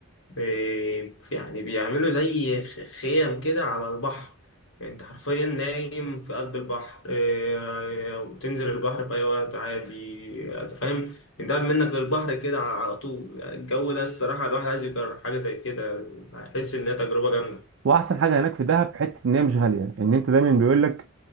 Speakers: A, on the left; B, on the right.
A: بي يعني بيعملوا زي خ- خيم كده على البحر يعني انت حرفيا نايم في قلب البحر إيه، وتنزل البحر في اي وقت عادي انت فاهم انت قاعد منك للبحر كده على على طول يعني الجو ده الصراحة الواحد عايز يجرب حاجة زي كده هيحس انها تجربة جامدة
B: واحسن حاجه هناك في دهب حته ان هي مش غاليه ان انت دايما بيقول لك